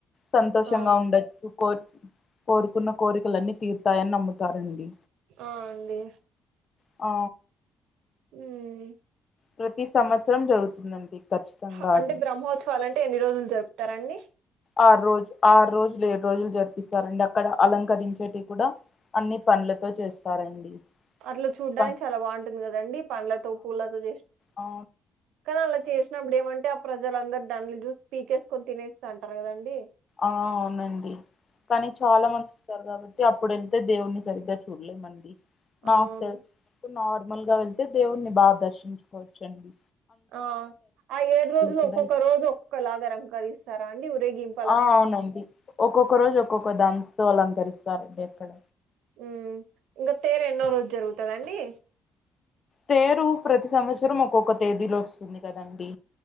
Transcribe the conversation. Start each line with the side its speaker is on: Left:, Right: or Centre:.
Left: సంతోషంగా
Right: ఆ
Left: ఉండొచ్చు కోరు కోరుకున్న కోరికలన్నీ తీరుతాయని నమ్ముతారండి
Right: ఆ అండి
Left: అ
Right: హోమ్
Left: ప్రతి సంవత్సరం జరుగుతుందండి ఖచ్చితంగా
Right: హ అంటే
Left: అది
Right: బ్రహ్మోత్సవాలు అంటే ఎన్ని రోజులు జరుపుతారండి
Left: ఆ రోజు ఆరు రోజులు ఏడు రోజులు జరిపిస్తారండి అక్కడ అలంకరించేటీవీ కూడా అన్ని పనులతో చేస్తారండి
Right: అట్లా చూడ్నికి
Left: ప
Right: చాలా బాగుంటుంది కదా అండీ పండ్లతో పూలతో చేసింది
Left: ఆ
Right: కానీ ఆళ్లకు చేసినప్పుడు ఏమంటే ప్రజలందరూ దాని చూసి పీకేసుకొని తినేస్తా అంటారు కదా అండీ
Left: ఆ అవునండి కానీ చాలా మంది అప్పుడు వెళ్తే దేవుని సరిగ్గా చూడలేం మండి నాకు
Right: అవును
Left: తెలుసు ఇపుడు నార్మల్ గా వెళ్తే దేవున్ని బాగా దర్శించుకోవచ్చు అండి
Right: ఆ ఆ ఏడు రోజులు
Left: కూడా
Right: ఒక్కొక్క రోజు ఒక్కొక్క లాగ అలంకరిస్తారా అండి ఊరేగింపు
Left: ఆ అవునండి ఒక్కొక్క రోజు ఒక్కొక్క దాంతో అలంకరిస్తారండి ఇక్కడ
Right: హ్ ఇంకా తేరు ఎన్నో రోజు జరుగుతాదండి
Left: తేరు ప్రతి సంవత్సరం ఒక్కొక్క తేదీలో వస్తుంది కదా అండి